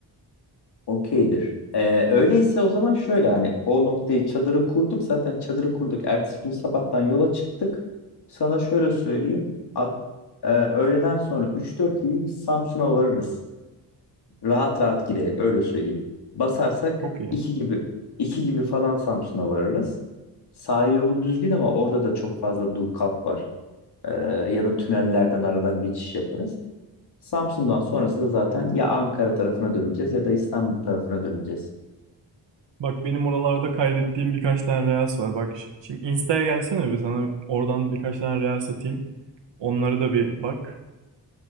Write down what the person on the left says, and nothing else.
Okeydir. Ee, öyleyse o zaman şöyle hani o noktayı çadırı kurduk zaten çadırı kurduk. Ertesi gün sabahtan yola çıktık. Sana şöyle söyleyeyim. ak- e, öğleden sonra üç dört gibi biz Samsun'a varırız. Rahat rahat giderek öyle söyleyeyim. Basarsak
iki gibi iki gibi falan Samsun'a varırız. Sahil yolu düzgün ama orada da çok fazla dur kalk var. Ee, ya da tünellerden aradan geçiş yaparız. Samsun'dan sonrası da zaten ya Ankara tarafına döneceğiz ya da İstanbul tarafına döneceğiz.